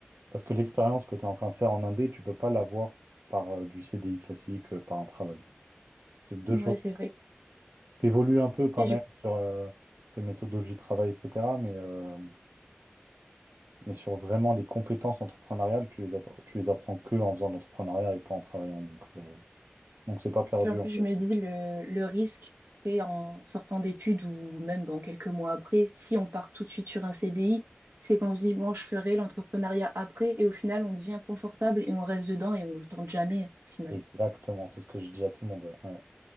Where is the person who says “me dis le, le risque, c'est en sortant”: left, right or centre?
Right